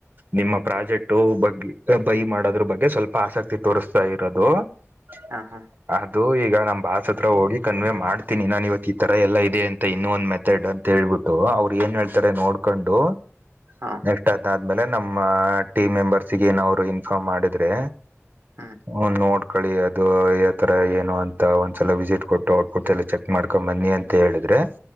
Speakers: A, on the right; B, on the right.
A: ನಿಮ್ಮ ಪ್ರಾಜೆಕ್ಟ್ ಬಗ್ಗೆ ಬೈ ಮಾಡೋದ್ರ ಬಗ್ಗೆ ಸ್ವಲ್ಪ ಆಸಕ್ತಿ ತೋರಿಸ್ತಾ ಇರೋದು. ಹ
B: ಹಾ ಹಾ
A: ಅದು ಈಗ ನಮ್ ಬಾಸ್ ಹತ್ರ ಹೋಗಿ ಕನ್ವೇ ಮಾಡ್ತೀನಿ ನಾನ ಇವತ್ತು ಈ ತರ ಎಲ್ಲ ಇದೆ ಅಂತ ಇನ್ನೊಂದಂದು ಮೆತಡ್ ಅಂತೇಳ್ಬಟ್ಟ ಅವ್ರು ಏನ್ ಹೇಳ್ತಾರೆ ನೋಡ್ ಕಂಡು
B: ಹಾ
A: ನೆಕ್ಸ್ಟ್ ಅದ್ದ್ಮೇಲೆ ನಮ್ಮ ಟೀಮ್ ಮೆಂಬರ್ಸ್ಗ ಏನ ಅವ್ರು ಇನ್ಫಾರ್ಮ್ ಮಾಡಿದ್ರೆ
B: ಹ್ಮ್
A: ಹ ನೋಡ್ಕಳಿ ಅದು ಯ ತರ ಏನು ಅಂತ ಒಂದ್ಸಲ ವಿಸಿಟ್ ಕೊಟ್ಟ ಔಟ್ಪುಟ್ ಎಲ್ಲ ಚೆಕ್ ಮಾಡ್ಕೊಂಡ ಬನ್ನಿ ಅಂತ ಹೇಳಿದ್ರೆ